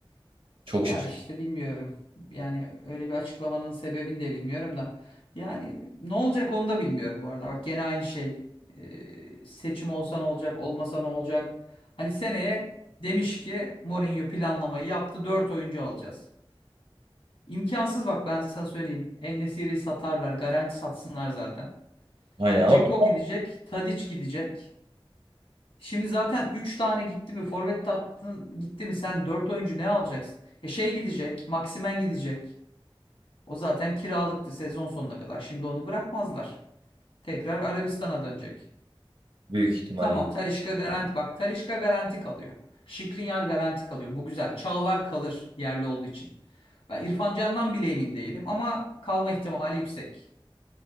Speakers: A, on the right; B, on the left.
A: Çok
B: Ya
A: şaşırdım.
B: işte bilmiyorum. Yani öyle bir açıklamanın sebebini de bilmiyorum da. Yani ne olacak onu da bilmiyorum bu arada. Bak gene aynı şey. Ee, seçim olsa ne olacak, olmasa ne olacak? Hani seneye demiş ki Mourinho planlamayı yaptı. dört oyuncu alacağız. İmkansız bak ben sana söyleyeyim. En-Nesyri'yi satarlar. Garanti satsınlar zaten.
A: Aynen
B: E,
A: ama
B: Dzeko
A: çok
B: gidecek. Tadic gidecek. Şimdi zaten 3 tane gitti mi forvet attın gitti mi sen 4 oyuncu ne alacaksın? E şey gidecek, Maximen gidecek. O zaten kiralıktı sezon sonuna kadar. Şimdi onu bırakmazlar. Tekrar Arabistan'a dönecek.
A: büyük ihtimalle.
B: Tamam Talisca garanti bak Talisca garanti kalıyor. Skriniar garanti kalıyor. Bu güzel. Çağlar kalır yerli olduğu için. Ben İrfan Can'dan bile emin değilim ama kalma ihtimali yüksek.